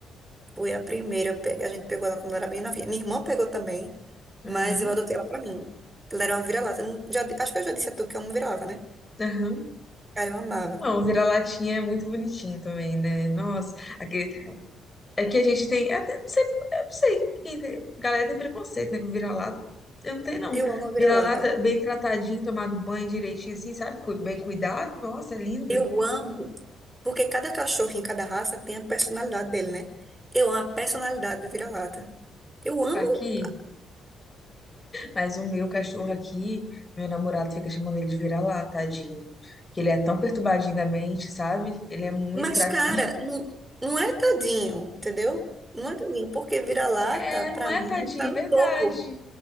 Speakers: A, on the right; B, on the left.
A: Fui a primeira, eu pe- a gente pegou ela quando ela era bem novinha. Minha irmã pegou também, mas
B: Aham,
A: eu adotei ela pra mim. Ela era uma vira-lata. Eu não- já di- Acho que eu já disse a tu que eu amo vira-lata, né?
B: aham.
A: Cara, eu amava.
B: Não, o vira-latinha é muito bonitinho também, né? Nossa, aquele, É que a gente tem. Até, não sei, eu não sei quem tem, galera tem preconceito, né? Com vira-lata. Eu não tenho, não.
A: Eu amo vira-lata.
B: Vira-lata bem tratadinho, tomado banho direitinho, assim, sabe? Cu- Bem cuidado. Nossa, é lindo.
A: Eu amo, porque cada cachorro em cada raça tem a personalidade dele, né? Eu amo a personalidade do vira-lata. Eu amo,
B: Aqui. Mas o meu cachorro aqui, meu namorado fica chamando ele de vira-lata, tadinho. Que ele é tão perturbadinho da mente, sabe? Ele é muito
A: mas,
B: fraquinho.
A: cara,
B: <laughs>
A: não, não é tadinho, entendeu? Não é tadinho, porque vira-lata,
B: É,
A: pra
B: não é,
A: mim,
B: tadinho,
A: tá no
B: é verdade.
A: topo.